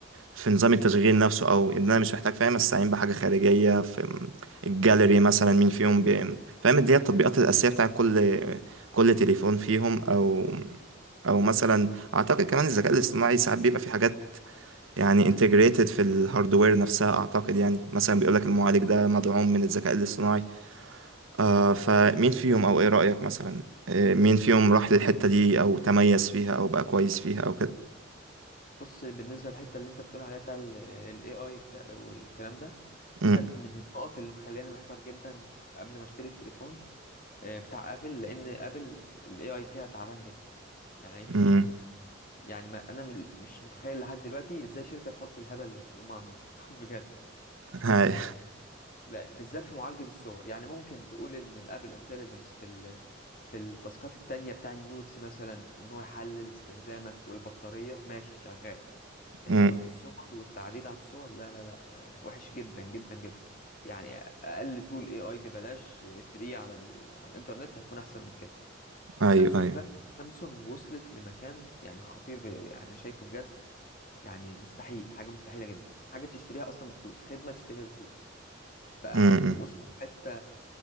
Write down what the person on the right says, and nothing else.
في نظام التشغيل نفسه او ان انا مش محتاج فاهم استعين بحاجة خارجية في الجاليري مثلا مين فيهم بي- فاهم دي هي التطبيقات الأساسية بتاع كل كل تليفون فيهم او او مثلا اعتقد كمان الذكاء الاصطناعي ساعات بيبقى في حاجات يعني انتجريتد في الهاردوير نفسها اعتقد يعني مثلا بيقولك المعالج ده مدعوم من الذكاء الاصطناعي آه فمين فيهم او ايه رأيك مثلا آه مين فيهم راح للحتة دي او تميز فيها او بقى كويس فيها او كده
أمم،
أمم،
هاي
أمم،
ايوه
ايوه
أمم،